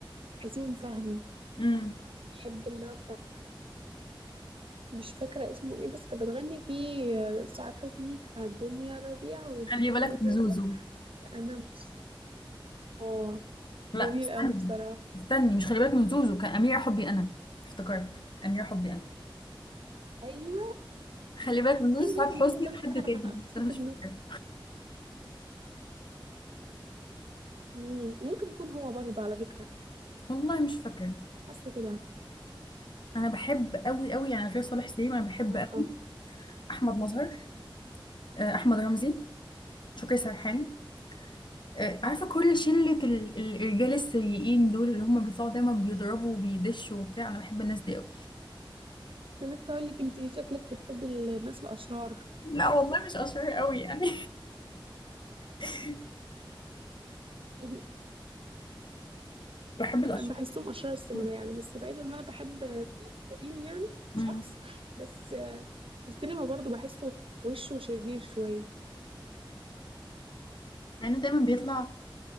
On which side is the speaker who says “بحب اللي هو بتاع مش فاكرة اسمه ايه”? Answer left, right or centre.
Right